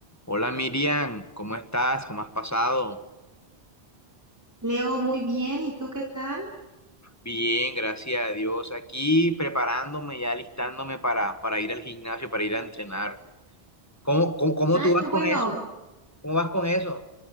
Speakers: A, on the left; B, on the right.
A: Hola Miriam, ¿cómo estás? ¿Cómo has pasado?
B: Leo, muy bien. ¿Y tú qué tal?
A: Bien, gracias a Dios. Aquí preparándome, ya listándome para, para ir al gimnasio, para ir a entrenar. ¿Cómo, cómo, cómo
B: Ay,
A: tú vas
B: qué bueno.
A: con eso? ¿Cómo vas con eso?